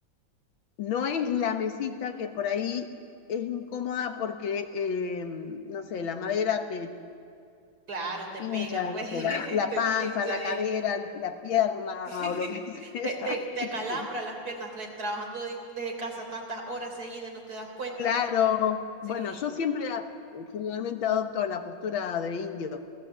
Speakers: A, on the left (about 75°); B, on the right (about 50°).
A: no
B: Mm.
A: es la mesita que por ahí es incómoda porque, eh, no sé, la madera te
B: Claro, te
A: pincha,
B: pega, pues,
A: no sé,
B: <laughs>
A: la, la
B: te
A: panza,
B: pincha
A: la
B: ahí.
A: cadera, la pierna
B: <laughs>
A: o lo que sea.
B: Te, te, te acalambra
A: <laughs>
B: las piernas, tra- trabajando de- desde casa tantas horas seguidas, no te das cuenta.
A: claro,
B: Sí.
A: bueno, yo siempre a- generalmente adopto la postura de indio,